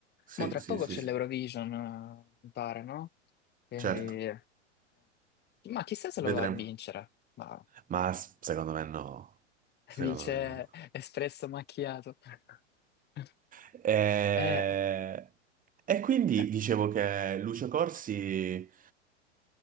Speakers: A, on the right (about 25°); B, on the left (about 30°).
A: sì,
B: Ma tra
A: sì,
B: poco
A: sì,
B: c'è
A: sì,
B: l'Eurovision, eh, mi pare, no? Quindi,
A: certo,
B: eh. Ma chissà se
A: vedremo.
B: lo va a vincere. Ma
A: Ma s- secondo me no,
B: <laughs>
A: secondo
B: vince
A: me no.
B: Espresso Macchiato. <laughs>
A: E,
B: Eh,
A: e quindi
B: eh,
A: dicevo che Lucio Corsi